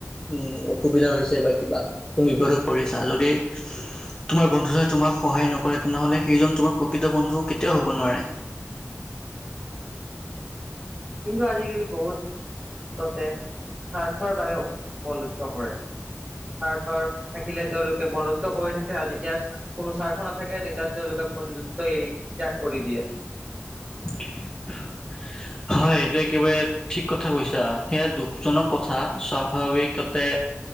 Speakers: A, on the left; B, on the right.
A: উম অসুবিধা হৈছে বা কিবা তুমি বিপদত পৰিছা যদি তোমাৰ বন্ধুজনে তোমাক সহায় নকৰে তেনেহলে সেইজন তোমাৰ প্ৰকৃত বন্ধু কেতিয়াও হ'ব নোৱাৰে।
B: কিন্তু আজিকালি বহুত ততে স্বাৰ্থৰ বাবে বন্ধুত্ব কৰে স্বাৰ্থৰ থাকিলে তেওঁলোকে বন্ধুত্ব কৰি থাকে আৰু যি যেতিয়া কোনো স্বাৰ্থ নাথাকে তেতিয়া তেওঁলোকে বন্ধুত্ব এৰি ত্যাগ কৰি দিয়ে।
A: <unintelligible> হয় এইটো একেবাৰে ঠিক কথা কৈছা সেয়া দুখজনক কথা স্বাভাৱিকতে